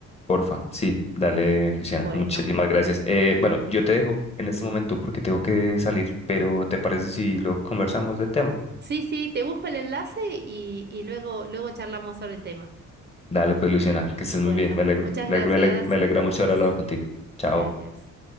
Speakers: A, on the left; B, on the right.
A: Porfa, sí, dale, Luciana,
B: Bueno,
A: muchísimas gracias. Eh, bueno, yo te dejo en este momento porque tengo que salir, pero ¿te parece si lo conversamos del tema?
B: sí, sí, te busco el enlace y, y luego, luego charlamos sobre el tema.
A: Dale, pues, Luciana, que estés
B: Bueno,
A: muy bien, me alegro,
B: muchas
A: me
B: gracias.
A: aleg- me aleg- me alegra mucho haber hablado contigo. Chao.
B: Gracias.